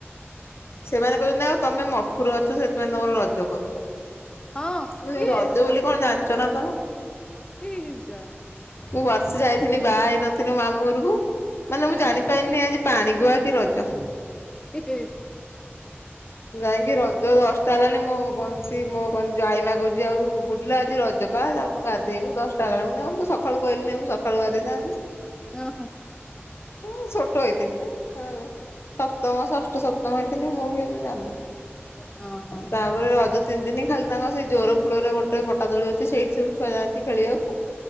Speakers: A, on the left; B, on the left.
A: ସେମାନେ କହୁଛନ୍ତି ଆଉ ତମେ ମଫୁର ଅଛି ସେଥିପାଇଁ ତମର ରଜ କରୁଚ।
B: ହଁ ଇସ
A: ରଜ ବୋଲି କଣ ଜାଣିଛ ନା ତମେ?
B: ଇହିସ
A: ମୁଁ ବର୍ଷେ ଯାଇିଥିନି ବାହା ହେଇ ନଥିଲି ମାମୁୁ ଘଁରକୁ ମାନେ
B: ହଁ
A: ମୁଁ ଜାଣିପାରିନି ଆଜି ପାଣି ଗୁଆ କି ରଜ।
B: ଠିକ ଶେ
A: ଯାଇକି ରଜ ଦଶଟା ହେଲାନି ମୁଁ ଏପ ସି ମୋ କହନ୍ତି ଜାଇମା କହୁଛି ଆଉ ବୁଡ଼ି ଲୋ ଆଜି ରଜପା ଜାଉନୁ ଗାଧୋଇେଇବୁ ଦଶଟା ହେଲାଣି ମୁଁ <unintelligible> ସକ ସକାଳୁ କହିଲି ମୁଁ ସକାଳୁ ଗାଧେଇ ଥାନ୍ତି।
B: ଓହୋ।
A: ହୁଁ ଛୋଟ ହେଇଥିଲି ଉଁ ସପ୍ତମ ଷଷ୍ଠ ସପ୍ତମ ହେଇଥିଲି ମୁଁ ବି ଏତେ ଜା
B: ହଁ ହଁ
A: ତାପରେ ରଜ ତିନି ଦିନି ଖାଲି ତାଙ୍କ ସେଇ ଜୋର କୂଳରେ ଗୋଟେ ପଟାଦଳି ଅଛି ସେଠି ସବୁ ଛୁଆ ଯାଆନ୍ତି ଖେଳିଆ କୁ।